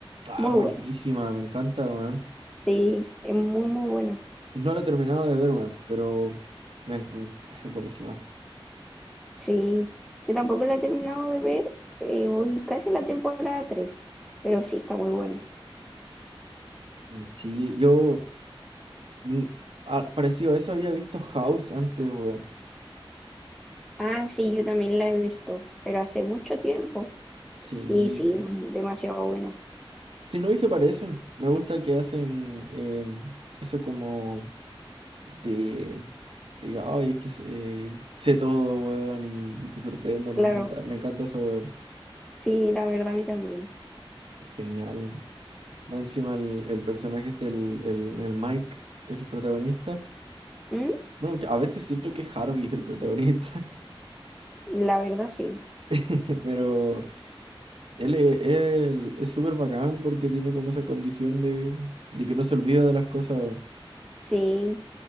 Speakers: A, on the right; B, in the centre.
A: Ah,
B: Muy
A: buenísima,
B: buena,
A: me encanta, weón.
B: sí, es muy, muy buena.
A: No la he terminado de ver, weón, pero me en- <laughs> es buenísima.
B: Sí, yo tampoco la he terminado de ver, eh, voy casi en la temporada tres pero sí, está muy buena.
A: Mm, Sí, yo, mm, ah, parecido a eso había visto House antes, weón.
B: Ah, sí, yo también la he visto, pero hace mucho tiempo.
A: Sí.
B: Y sí, demasiado buena.
A: Si no, y se parecen. Me gusta que hacen em, eso como de, de, ay, es que eh, sé todo, weón, y, y te sorprendo. Me
B: Claro,
A: encanta, me encanta eso, weón.
B: sí, la verdad a mí también.
A: Es genial. Va encima el, el personaje este, el, el, el Mike, el protagonista.
B: Mm,
A: Bueno, aunque a veces siento que Harvey es el protagonista,
B: La verdad sí,
A: <laughs> pero él, e- él es súper bacán porque tiene como esa condición de, de que no se olvida de las cosas. weón.
B: sí.